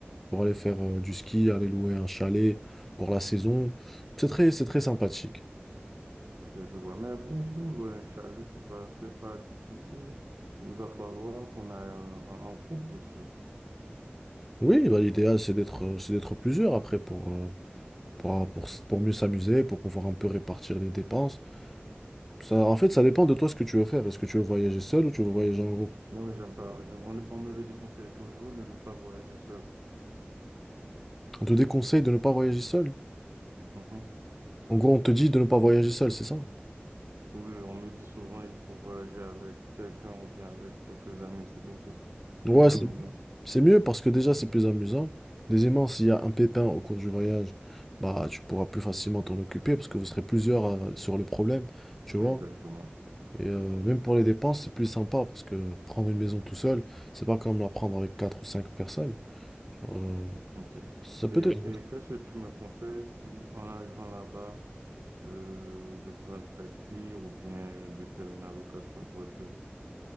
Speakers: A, in the centre; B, on the right.
A: pour aller faire euh, du ski, aller louer un chalet pour la saison. C'est très, c'est très sympathique.
B: Ok, je vois. Mais pour, pour louer un chalet, c'est pas, c'est pas difficile. Il va falloir qu'on aille en, en- en groupe, bien sûr.
A: Oui, bah, l'idéal c'est d'être, euh, c'est d'être plusieurs après pour, euh, pour, pour, pour mieux s'amuser, pour pouvoir un peu répartir les dépenses. Ça, en fait, ça dépend de toi ce que tu veux faire. Est-ce que tu veux voyager seul ou tu veux voyager en groupe?
B: Non, j'aime pas. j'aime- on, on me le déconseille toujours de ne pas voyager seul.
A: On te déconseille de ne pas voyager seul.
B: Mhm.
A: En gros, on te dit de ne pas voyager seul, c'est ça?
B: Oui, on me dit souvent il faut voyager avec quelqu'un ou bien avec quelques amis. C'est beaucoup
A: Ouais,
B: plus amusant.
A: c'est Mm. c'est mieux parce que déjà, c'est plus amusant. Deuxièmement, s'il y a un pépin au cours du voyage, bah, tu pourras plus facilement t'en occuper parce que vous serez plusieurs à- sur le problème, tu vois?
B: Exactement.
A: Et euh, même pour les dépenses, c'est plus sympa parce que prendre une maison tout seul, c'est pas comme la prendre avec quatre ou cinq personnes. Genre, euh,
B: Ok.
A: ça peut
B: Et, et
A: être.
B: qu'est-ce que tu me conseilles si en arrivant là-bas, euh, de prendre un taxi ou bien de faire une allocation de voiture?